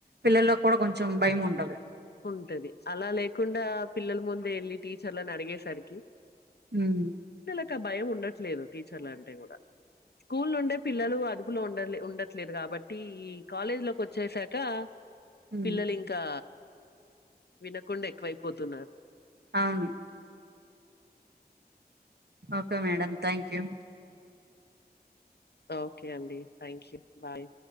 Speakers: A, on the right; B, on the left.
A: పిల్లల్లో కూడా కొంచెం భయం ఉండది
B: ఉంటది అలా లేకుండా పిల్లల ముందే వెళ్ళి టీచర్లను అడిగేసరికి
A: మ్మ్
B: అక్క భయం ఉండ లేదు టీచర్లు అంటే కూడా స్కూల్ ఉండే పిల్లలు అదుపులో ఉండల్ ఉండట్లేదు కాబట్టి ఈ కాలేజ్ లోకి వచ్చేసాక
A: ఉమ్
B: పిల్లలు ఇంకా వినకుండై వైపోతున్నారు
A: అవును okay madam thank you
B: okay అండి థ్యాంక్ యూ బాయ్